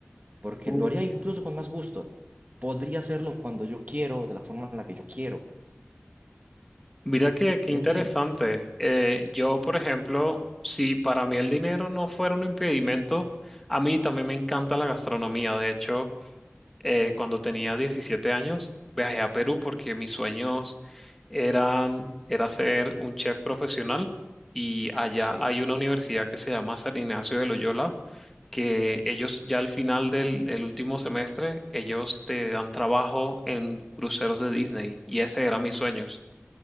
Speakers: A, on the right; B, in the centre.
A: porque
B: Uy.
A: lo haría incluso con más gusto. Podría hacerlo cuando yo quiero, de la forma en la que yo quiero.
B: Mira que qué
A: ¿Me
B: interesante.
A: entiendes?
B: Eh, yo, por ejemplo, si para mí el dinero no fuera un impedimento, a mí también me encanta la gastronomía. De hecho, eh, cuando tenía 17 años, viajé a Perú porque mis sueños eran, era ser un chef profesional y allá
A: Sí.
B: hay una universidad que se llama San Ignacio de Loyola, que ellos ya al final del el último semestre, ellos te dan trabajo en cruceros de Disney y ese era mis sueños,